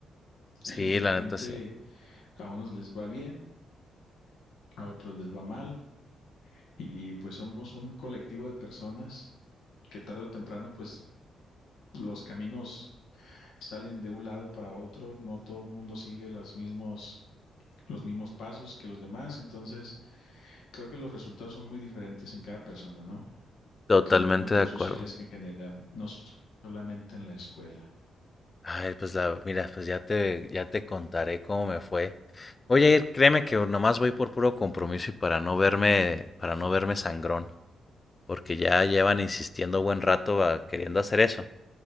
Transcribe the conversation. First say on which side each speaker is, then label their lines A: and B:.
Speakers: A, on the left; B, on the left.
A: sí,
B: Eh, la
A: la
B: gente,
A: neta sí.
B: a unos les va bien, a otros les va mal, y pues somos un colectivo de personas que tarde o temprano, pues los caminos salen de un lado para otro, no todo el mundo sigue los mismos, los mismos pasos que los demás, entonces creo que los resultados son muy diferentes en cada persona, ¿no?
A: Totalmente
B: En los grupos
A: de acuerdo.
B: sociales en general, no solamente en la escuela.
A: Ay, pues la, mira, pues ya te, ya te contaré cómo me fue. Voy a ir, créeme que nomás voy por puro compromiso y para no verme, para no verme sangrón, porque ya llevan insistiendo buen rato a- queriendo hacer eso.